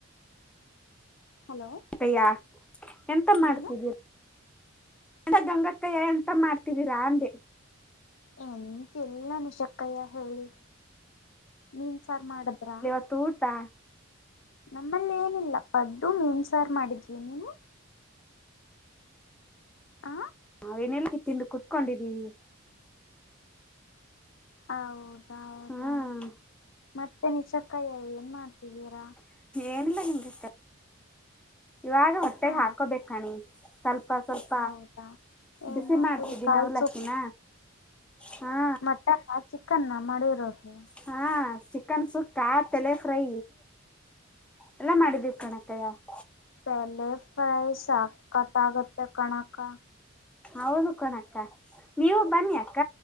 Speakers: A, on the left; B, in the centre.
A: ಹಲೋ
B: ಯ ಎಂತ ಮಾಡ್ತಿದೀರಾ.
A: ಏನು
B: ಎಂಡ ಗಂಗಕ್ಕಯ ಎಂತ ಮಾಡ್ತಿದ್ದೀರಾ ಅಂದೆ.
A: ಎಂತಿಲ್ಲ ನಿಷಕ್ಕಯ್ಯ ಹೇಳಿ ಮೀನ್ ಸಾರು ಮಾಡಿದ್ರಾ.
B: ರೂಟಾ
A: ನಮ್ಮಲ್ಲಿ ಏನಿಲ್ಲ ಪಡ್ಡು ಮೀನ್ಸಾರು ಮಾಡಿದ್ವಿ ನೀವು. ಆ
B: ನಾವು ನೆಲ್ಲಕ್ಕ ತಿಂದು ಕೂತ್ಕೊಂಡಿದ್ದೀವಿ.
A: ಹೌದೌ ಹೌದು
B: ಹ್ಮ್
A: ಮತ್ತೆ ನಿಶಕ್ಕಾಯ ಏನ್ ಮಾಡ್ತಿದ್ದೀರಾ.
B: ಏನಿಲ್ಲ ನಿಮ್ಗೆ ಇವಾಗ ಹೊಟ್ಟೆಗೆ
A: ಹಾ
B: ಹಾಕೋಬೇಕ್ ಕಣೆ ಸ್ವಲ್ಪ ಸ್ವಲ್ಪ
A: ಹೌದಾ ಏನು
B: ಬಿಸಿ ಮಾಡ್ತಿದ್ದೀನಿ
A: ಕುರಿ ಕಾಲ್
B: ಅವಲ್ಲಕ್ಕಿನ ಹಾ
A: ಮಟನ್ನ ಚಿಕನ್ನ ಮಾಡಿರೋದು.
B: ಹಾ ಚಿಕನ್ ಸುಕ್ಕ ತಲೆ ಫ್ರೈ ಎಲ್ಲಾ ಮಾಡಿದೀವಿ ಕಣಕಯ್ಯ. <inaudible>
A: ಬೆಂಡೆ ಫ್ರೈ ಸಕ್ಕತ್ತಾಗತ್ತೆ ಕಣಕ್ಕಾ.
B: ಹೌದು ಕಣಕ್ಕ ನೀವು ಬನ್ನಿ ಅಕ್ಕ